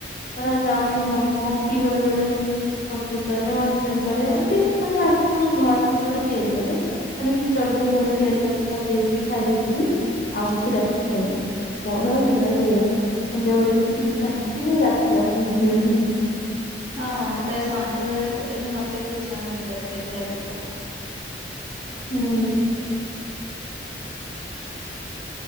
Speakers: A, on the left; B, on the right.
A: ଧର ଚମିନ ମୋ ମୁଁ କି ବେଳେ ବେଳେ <unintelligible> କରେ <unintelligible> କରେ ଏମତି ମାନେ ଫାଷ୍ଟଫୁଡ ଘ ସେତେବେଳେ ତିଆରି କରେ ମାନେ କିଛି ଜଳଖିଆ ଘରେ
B: ହୁଁ
A: ତିଆରି କରିିକି କରି ଦେଇଥିବି ଖାଇ ଦେଇଥିବି ଆଉ କିଛି ରା ଖାଇବି <unintelligible> <unintelligible> ସେଇଆ ସନ୍ଧ୍ୟାବେଳେ ଯଦି କିଛି ଖାଇଦେଇଥିବି
B: ହୁଁ
A: ରାତି ଯାହା ଖାଇପାରିବେନି।
B: ହଁ ପ୍ରାୟ ସନ୍ଧ୍ୟାବେଳେ ଖାଇଦେଲେ ମତେ ବି ଇଚ୍ଛା ହୁଏନି ରାତିରେ ଖାଇବାକୁ।
A: ହୁଁ।
B: <unintelligible>